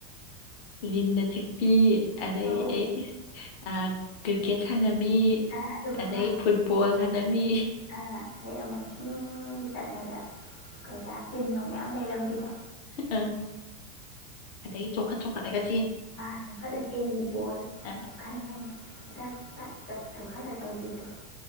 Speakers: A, on the left; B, on the left.
A: ꯂꯤꯟꯅ ꯆꯤꯛ ꯄꯤ ꯑꯗꯒꯤ
B: ꯑꯧ
A: ꯑꯦ ꯏ ꯑꯥ ꯀ꯭ꯔꯤꯛꯀꯦꯠ ꯁꯥꯟꯅꯕꯤ
B: ꯑꯥ ꯑꯗꯨꯒ
A: ꯑꯗꯒꯤ
B: ꯑꯃ
A: ꯐꯨꯠꯕꯣꯜ ꯁꯥꯟꯅꯕꯤ
B: ꯑꯥ ꯑꯗꯩ ꯑꯃ ꯁꯨꯝ ꯆꯠꯂꯒ ꯀꯩꯀꯥ ꯇꯤꯟ ꯅꯨꯡ ꯃꯌꯥꯝ ꯂꯩꯔꯝꯕꯤꯗꯣ
A: ꯑꯪ ꯑꯗꯩ ꯆꯣꯡꯈꯠ- ꯆꯪꯡꯈꯠꯂꯒꯥ
B: ꯑꯥ ꯆꯣꯡꯈꯠꯂꯒ ꯆꯦꯟꯈꯤꯕꯣꯏ
A: ꯑ
B: ꯀꯔꯤꯅꯣꯅꯦ <unintelligible> <unintelligible> ꯇꯧꯕꯤꯗꯣ